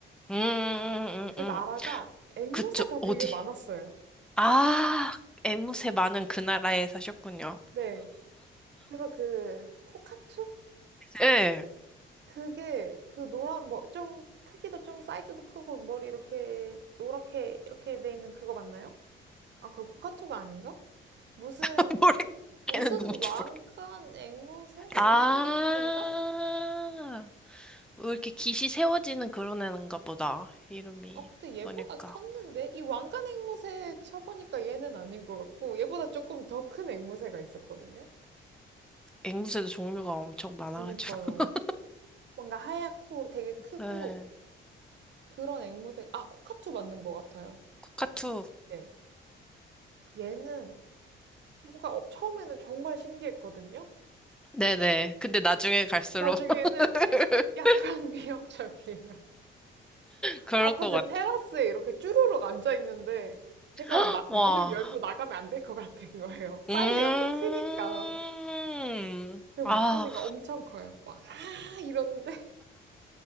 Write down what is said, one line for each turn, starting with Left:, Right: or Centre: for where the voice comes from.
Centre: 음, 음,
Right: 그
Centre: 음,
Right: 나라가
Centre: 음.
Right: 앵무새가
Centre: 그쵸,
Right: 되게
Centre: 어디?
Right: 많았어요.
Centre: 아, 앵무새 많은 그 나라에 사셨군요.
Right: 네. 그래서 그 코카투?
Centre: 예.
Right: 그게 그 노란 뭐 좀 크기도 좀 사이즈도 크고 머리 이렇게 노랗게 이렇게 돼 있는 그거 맞나요? 아, 그 코카투가 아닌가? 무슨
Centre: <laughs> 모르겠는
Right: 무슨
Centre: 누군지
Right: 왕관
Centre: 모르겠.
Right: 앵무새? 왕관
Centre: 아,
Right: 앵무새인가?
Centre: 왜 이렇게 깃이 세워지는 그런 애인가 보다. 이름이
Right: 아, 근데 얘보다
Centre: 보니까.
Right: 컸는데 이 왕관 앵무새 쳐보니까 얘는 아닌 것 같고 얘보다 조금 더 큰 앵무새가 있었거든요.
Centre: 앵무새도 종류가 엄청 많아가지고.
Right: 그니까요.
Centre: <laughs>
Right: 뭔가 하얗고 되게 크고
Centre: 네,
Right: 그런 앵무새. 아, 코카투 맞는 것 같아요.
Centre: 코카투.
Right: 네. 얘는 뭔가 어- 처음에는 정말 신기했거든요.
Centre: 네네. 근데 나중에 갈수록
Right: 나중에는
Centre: <laughs>
Right: <laughs> 약간 위협적이에요.
Centre: 그럴
Right: 아파트
Centre: 것 같아.
Right: 테라스에 이렇게 쭈루룩 앉아 있는데 제가
Centre: <gasps>
Right: 나-
Centre: 와.
Right: 문을 열고 나가면 안 될 것 같은 거예요. 사이즈가
Centre: 음.
Right: 또 크니까. 그리고
Centre: 아,
Right: 목소리가 엄청 커요. 막, 아! 이러는데.